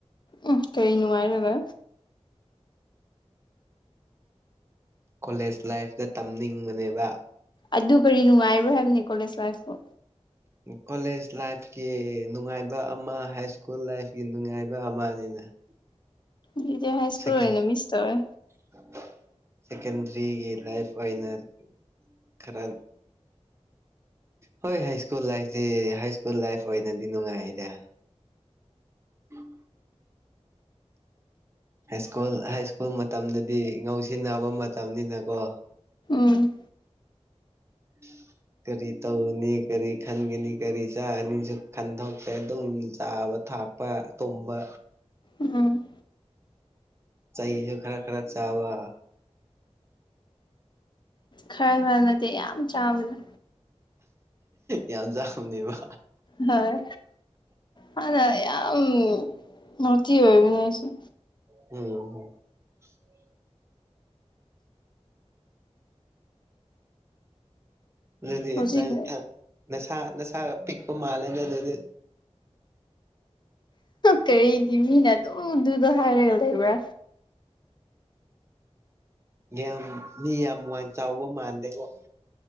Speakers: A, on the left (about 40°); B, on the right (about 25°).
A: ꯎꯝ ꯀꯔꯤ ꯅꯨꯡꯉꯥꯏꯔꯒ
B: ꯀꯣꯂꯦꯖ ꯂꯥꯏꯐꯇ ꯇꯝꯅꯤꯡꯕꯅꯦꯕ
A: ꯑꯗꯨ ꯀꯔꯤ ꯅꯨꯡꯉꯥꯏꯕ꯭ꯔꯣ ꯍꯥꯏꯕꯅꯤ ꯀꯣꯂꯦꯖ ꯂꯥꯏꯐꯇꯨ
B: ꯀꯣꯂꯦꯖ ꯂꯥꯏꯐꯀꯤ ꯅꯨꯡꯉꯥꯏꯕ ꯑꯃ ꯍꯥꯏ ꯁ꯭ꯀꯨꯜ ꯂꯥꯏꯐꯀꯤ ꯅꯨꯡꯉꯥꯏꯕ ꯑꯃꯅꯤꯅ <inaudible>
A: ꯕꯤꯖꯦ ꯍꯥꯏꯁꯀꯨꯜ
B: ꯁꯦꯀꯦꯟ
A: ꯑꯣꯏꯅ ꯃꯤꯁ ꯇꯧꯋꯦ
B: <inaudible> ꯍꯣꯏ ꯍꯥꯏ ꯁ꯭ꯀꯨꯜ ꯂꯥꯏꯐꯁꯤ ꯍꯥꯏ ꯁ꯭ꯀꯨꯜ ꯂꯥꯏꯐ ꯑꯣꯏꯅꯗꯤ ꯅꯨꯡꯉꯥꯏꯗ ꯎꯝ ꯍꯥꯏ ꯁꯀꯨꯜ ꯍꯥꯏ ꯁ꯭ꯀꯨꯜ ꯃꯇꯝꯗꯗꯤ ꯉꯧꯁꯤꯟꯅꯕ ꯃꯇꯝꯅꯤꯅꯀꯣ
A: ꯎꯝ
B: ꯎꯝ ꯀꯔꯤ ꯇꯧꯅꯤ ꯀꯔꯤ ꯈꯟꯒꯅꯤ ꯀꯔꯤ ꯆꯥꯒꯅꯤꯁꯨ ꯈꯟꯗꯣꯛꯁꯦ ꯑꯗꯨꯝ ꯆꯥꯕ ꯊꯥꯛꯄ ꯇꯨꯝꯕ
A: ꯎꯝ
B: ꯆꯩꯁꯨ ꯈꯔ ꯈꯔ ꯆꯥꯕ
A: ꯈꯔ ꯈꯔ ꯅꯠꯇꯦ ꯌꯥꯝ ꯆꯥꯕꯗ
B: ꯌꯥꯝ ꯆꯥꯕꯅꯦꯕ
A: ꯍꯣꯏ ꯍꯥꯟꯅ ꯌꯥꯝꯝ ꯅ‌ꯣꯇꯤ ꯑꯣꯏꯕꯅꯦ ꯑꯩꯁ‌ꯦ
B: ꯎꯝꯝ ꯑꯗꯨꯗꯤ
A: ꯍꯧꯖꯤꯛ
B: ꯅꯪ ꯅꯁꯥ ꯅꯁꯥ ꯅꯁꯥ ꯄꯤꯛꯄ ꯃꯥꯂ‌ꯦꯗ ꯑꯗꯨꯗꯤ
A: ꯀꯔꯤꯒꯤ ꯃꯤꯅ ꯑꯗꯨꯝ ꯗꯨꯗꯣ ꯍꯥꯏꯔꯒ ꯂꯩꯕ꯭ꯔꯥ
B: ꯌꯥꯝ ꯃꯤ ꯌꯥꯝ ꯋꯥꯡ ꯆꯥꯎꯕ ꯃꯥꯟꯗꯦꯉ‌ꯣ